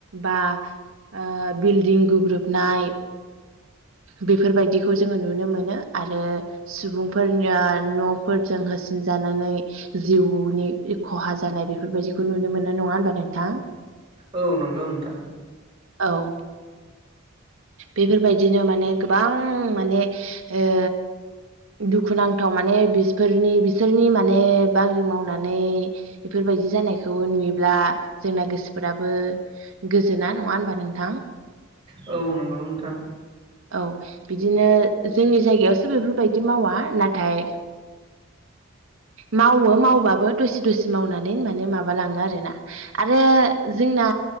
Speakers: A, on the right; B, on the right.
A: बा ओ बिल्डिं गुग्रोबनाय बेफोरबायदिखौ जोङो नुनो मोनो आरो सुबुंफोरनि न'फोरजों होसिनजानानै जिउनि खहा जानाय बेफोरबायदिखौ नुनो मोननाय नङा होबा नोंथां।
B: औ नंगौ नोंथां।
A: औ बेफोरबायदिनो माने गोबां माने ओ दुखुनांथाव माने बिसफोरनि बिसोरनि माने बांग्रि मावनानै बेफोरबायदि जानायखौ नुयोब्ला जोंना गोसोफोराबो गोजोना नङा होमबा नोंथां।
B: औ नंगौ नोंथां
A: औ बिदिनो जोंनि जायगायावसो बेफोरबायदि मावा नाथाय मावो मावबाबो दसि दसि मावनानै माने माबालाङो आरोना आरो जोंना